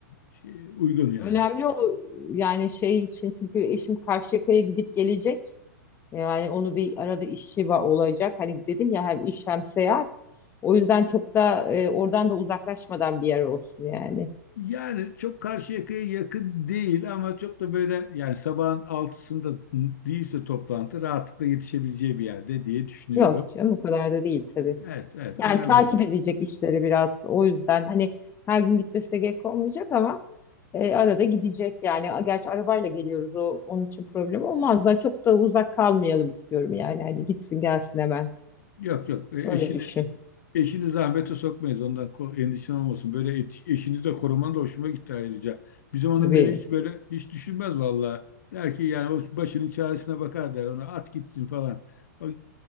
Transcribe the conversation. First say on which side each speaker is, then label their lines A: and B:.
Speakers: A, on the left; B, on the left.
A: şey, uygun yani.
B: önemli o yani şey için çünkü eşim Karşıyaka'ya gidip gelecek. Yani onu bir arada işi va- olacak. Hani dedim ya hem iş hem seyahat. O yüzden çok da e, oradan da uzaklaşmadan bir yer olsun yani.
A: Yani çok Karşıyaka'ya yakın değil ama çok da böyle yani sabahın altısında değilse toplantı rahatlıkla yetişebileceği bir yerde diye düşünüyorum.
B: Yok canım o kadar da değil tabii.
A: Evet evet
B: Yani
A: ayarlarız
B: takip
A: onu.
B: edecek işleri biraz. O yüzden hani her gün gitmesi de gerek olmayacak ama e, arada gidecek yani. A- Gerçi arabayla geliyoruz o onun için problem olmaz da çok da uzak kalmayalım istiyorum yani. Hani gitsin gelsin hemen.
A: Yok yok e,
B: Öyle
A: eşini
B: düşün.
A: eşini zahmete sokmayız ondan ko- endişen olmasın. Böyle et- eşini de koruman da hoşuma gitti ayrıca. Bizim onun
B: Tabii.
A: beni hiç böyle hiç düşünmez vallahi. Der ki yani o başının çaresine bakar der ona at gitsin falan. O-